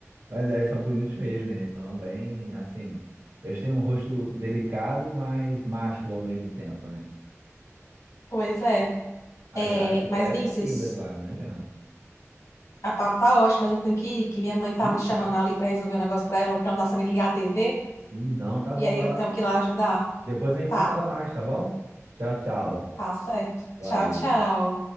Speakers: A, on the right; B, on the left.
A: Mas é, eles são bonitos mesmo, né? Eles são bem assim. Eles têm um rosto delicado, mas másculo ao mesmo tempo, né?
B: Pois é.
A: As,
B: É,
A: as mulheres
B: mas, Vinícius,
A: são lindas lá, não adianta.
B: a papo tá ótima, mas eu tenho que ir, que minha mãe tá
A: E
B: me chamando
A: tá.
B: ali pra resolver um negócio pra ela, porque ela não tá sabendo ligar a TV.
A: E não, tá
B: E
A: bom,
B: aí
A: vai
B: eu
A: lá.
B: tenho que ir lá ajudar,
A: Depois a gente
B: tá?
A: se fala mais, tá bom? Tchau, tchau.
B: Tá certo.
A: Valeu.
B: Tchau, tchau.